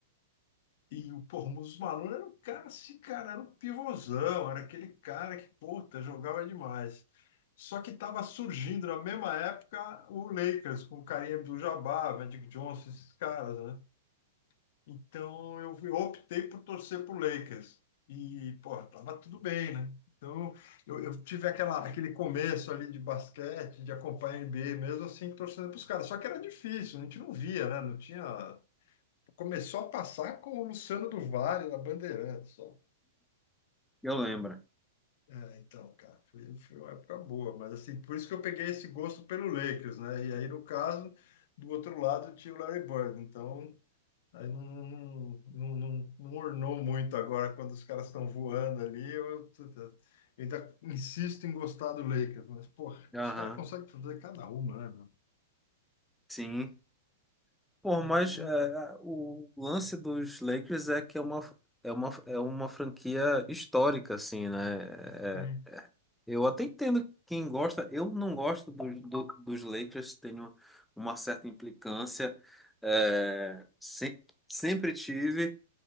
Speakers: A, on the left; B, in the centre.
A: E o pô, o Mussumano era um cara assim, cara, era um pivôzão, era aquele cara que, puta, jogava demais. Só que estava surgindo na mesma época o Lakers, com o Kareem Abdul-Jabbar, Magic Johnson, esses caras, né? Então eu eu optei por torcer pro Lakers. E, pô, tava tudo bem, né? Então eu, eu tive aquela, aquele começo ali de basquete, de acompanhar a NBA mesmo, assim, torcendo pros caras. Só que era difícil, a gente não via, né? Não tinha Começou a passar com o Luciano do Vale na Bandeirantes, só.
B: Eu lembro.
A: É, então, cara, foi, foi uma época boa, mas assim, por isso que eu peguei esse gosto pelo Lakers, né? E aí, no caso, do outro lado tinha o Larry Bird, então aí não, não, não, não, não ornou muito agora quando os caras estão voando ali. Eu, eu ainda insisto em gostar do Lakers, mas, porra,
B: Aham.
A: os caras conseguem fazer cada uma, né, meu?
B: Sim. Pô,
A: Eu
B: mas
A: não, não-
B: é, o lance dos Lakers é que é uma, é uma, é uma franquia histórica, assim, né? É,
A: É.
B: é, Eu até entendo quem gosta. Eu não gosto dos do- dos Lakers, tenho uma certa implicância. É, se- sempre tive.